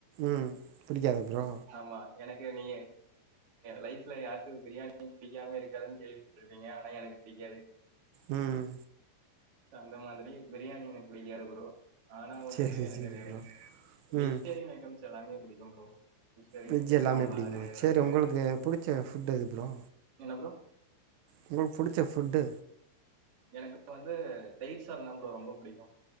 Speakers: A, on the right; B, on the right.
A: ம் பிடிக்காதா ப்ரோ
B: ஆமா எனக்கு நீ லைப்ல யாருக் பிரியாணி புடிக்காம இருக்காதுன்னு கேள்விபட்ருப்பீங்க ஆனா எனக் புடிக்காது
A: உம்
B: அந்த மாதிரி பிரியாணி எனக் புடிக்காது ப்ரோ ஆனா வந்துட்டு
A: சேரி
B: எனக்கு
A: சேரி ப்ரோ
B: வெஜிடேரியன்
A: ம்
B: ஐட்டம்ஸ் எல்லாமே புடிக்கும் ப்ரோ வெஜிடேரியன்
A: வெஜ்
B: ஐட்டம்
A: எல்லாமே
B: சாம்பாரு
A: பிடிக்குமா சேரி
B: ரசம்
A: உங்களுக்கு புடிச்ச ஃபுட்டு எது ப்ரோ
B: என்ன ப்ரோ
A: உங்களுக்கு புடிச்ச ஃபுட்டு
B: எனக்கு இப்ப வந்து தயிர் சாததா ப்ரோ ரொம்ப புடிக்கு